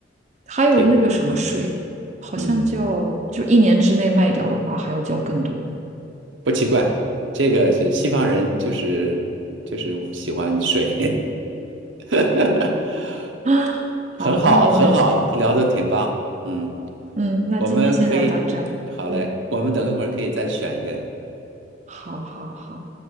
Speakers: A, on the right; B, on the right.
A: 还有那个什么税，
B: 挺
A: 好像叫就一年之内卖掉的话，
B: 嗯
A: 还要交更多
B: 不奇怪，这个是西方人就是就是喜欢水，<laughs>
A: 啊。<gasps> 好，
B: 很好很好，
A: 那我们
B: 聊的挺棒，嗯，
A: 嗯，那今天先聊到这儿。
B: 我们可以好嘞，
A: 嗯，
B: 我们等一会儿可以再选一个
A: 好好好。嗯。